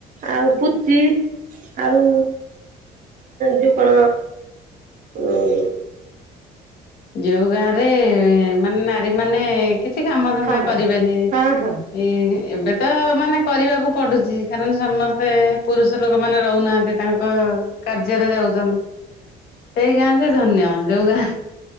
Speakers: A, on the right (about 50°); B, on the left (about 65°).
A: ଆଉ ପୁଚି ଆଉ ଯୋଉ କଣ ହୁଁ
B: ଯୋଉ ଗାଁ ରେ ମାନେ ନାରୀ ମାନେ କିଛି କାମ ଧନ୍ଦା
A: ହଁ
B: କରିବେନି
A: ହଁ
B: ଏ ଏବେ ତ ମାନେ କରିବାକୁ ପଡୁଛି କାରଣ ସମସ୍ତେ ପୁରୁଷ ଲୋକ ମାନେ ରହୁନାହାନ୍ତି ତାଙ୍କ ତାଙ୍କ କାର୍ଯ୍ୟରେ ଯାଉଛନ୍ତି ସେଇ ଗାଁ ଯେ ଧନ୍ୟ ଯୋଉ ଗାଁ